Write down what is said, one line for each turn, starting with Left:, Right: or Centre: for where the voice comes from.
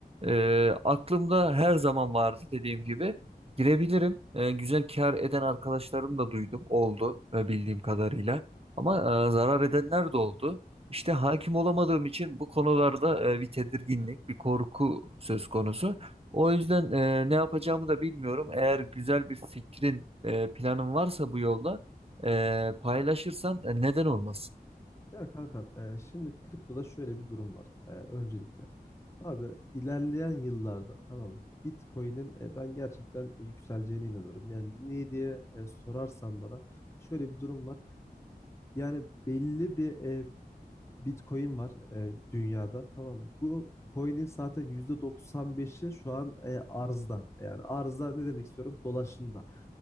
Right: E, aklımda her zaman vardı dediğim gibi. Girebilirim. E, güzel kar eden arkadaşlarım da duydum. Oldu e, bildiğim kadarıyla. Ama e, zarar edenler de oldu. İşte hakim olamadığım için bu konularda e, bir tedirginlik, bir korku söz konusu. O yüzden e, ne yapacağımı da bilmiyorum. Eğer güzel bir fikrin, e, planın varsa bu yolda e, paylaşırsan e, neden olmasın?
Left: Ya kankam e, şimdi kriptoda şöyle bir durum var e, öncelikle. Abi ilerleyen yıllarda tamam mı, Bitcoin'in e, ben gerçekten yükseleceğine inanıyorum. Yani niye diye e, sorarsan bana şöyle bir durum var. Yani belli bir e, Bitcoin var e, dünyada tamam mı? Bu coin'in zaten %95'i şu an e, arzda. Yani arzda ne demek istiyorum? Dolaşımda.